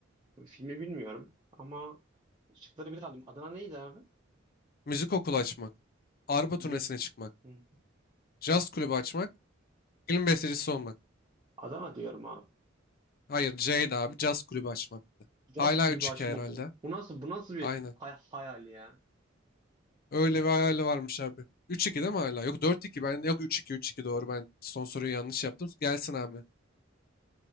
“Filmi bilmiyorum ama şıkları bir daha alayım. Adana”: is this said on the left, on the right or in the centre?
Right